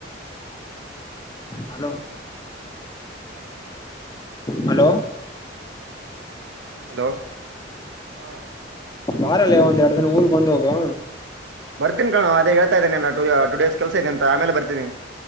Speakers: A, on the left; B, on the right.
A: ಹಲೋ ಹಲೋ
B: ಹಲೋ ಹಾ
A: ಬಾರಲ್ಲೇ ಒಂದ್ ಎರಡು ದಿನ ಊರ್ ಬಂದ್ ಹೋಗು.
B: ಬರ್ತೀನಿ ಕಣೋ ಅದ ಹೇಳ್ತಾ ಇದಾನ ಎಲ್ಲ ಟು ಟು ಡೇಸ್ ಕೆಲಸ ಇದೆ ಅಂತಾ ಆ ಮೇಲೆ ಬರ್ತೀನಿ.